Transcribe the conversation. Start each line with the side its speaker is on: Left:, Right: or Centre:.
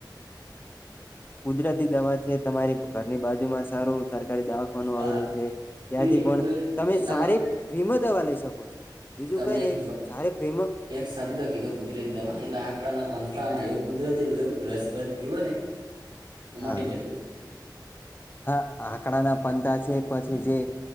Left: કુદરતી દવા તમારી ઘરની બાજુમાં સારું સરકારી દવાખવાનું
Right: હા
Left: આવેલું છે ત્યાંથી
Right: એની કુદરતી
Left: પણ તમે
Right: એ તમા
Left: અરે ફ્રી માં દવા લઈ શકો છો બીજું
Right: તમે
Left: કઈ નહી
Right: એક
Left: સારી ફ્રીમાં
Right: એક શબ્દ કીધો કુદરતી દવા એટલે આંકડાના પા હ એવું કુદરતી બધું રસ બસ હોય ને તો મટી
Left: હા
Right: જતું હોય
Left: હા આકડાના પંતા છે પછી જે